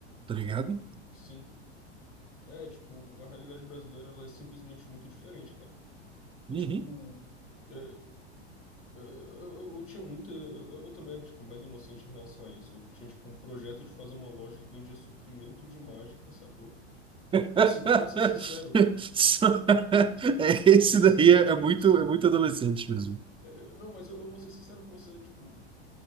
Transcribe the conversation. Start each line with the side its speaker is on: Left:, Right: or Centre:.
Right: tá ligado?
Left: Sim. É, tipo, a realidade brasileira, ela é simplesmente muito diferente, cara. E,
Right: Uhum.
Left: tipo, é, Eu, eu, eu tinha muita. Eu, eu também era, tipo, mega inocente em relação a isso. Eu tinha, tipo, um projeto de fazer uma loja que vendia suprimento de mágica, sacou?
Right: <laughs>
Left: Assim, pra ser sincero,
Right: Só- <laughs>
Left: eu,
Right: É,
Left: eu
Right: Esse
Left: vou ser
Right: daí
Left: sincero
Right: é,
Left: com
Right: é muito,
Left: você.
Right: é muito adolescente mesmo.
Left: É, é, não, mas eu, eu vou ser sincero com você, tipo,